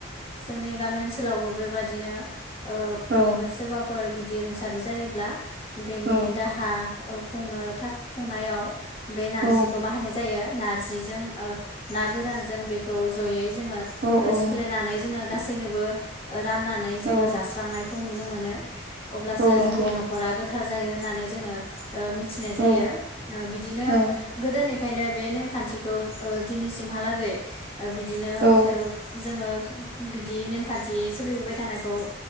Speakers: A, on the left (about 30°); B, on the right (about 50°).
A: जोंनि गामि ओनसोलावबो बेबायदिनो ओ
B: औ
A: नो सोरबाफोर बि दि रुंसारि जायोब्ला बेनि
B: औ
A: दाहा ओ खुंनो थाख खुंनायाव बे नारजिखौ
B: औ
A: बाहायनाय जायो नारजिजों ओ ना गोरानजों बेखौ जयै जोङो
B: औ
A: ओ
B: औ
A: सिफ्लेनानै जोङो गासैनोबो राननानै जोङो
B: औ
A: जास्रांनाय खौ नुनो मोनो अब्लासो
B: औ नंगौ
A: जोंनि नख'रा गो गोथार जायो होननानै जोङो ओ मिथिनाय जायो
B: औ
A: ओ बिदिनो
B: औ
A: गोदोनि बेखायनो बे नेमखान्थिखौ ओ दिनैसिमहालागै ओ बिदिनो
B: औ
A: ओ जोङो बिदि नेमखान्थि सोलिबोबाय थानायखौ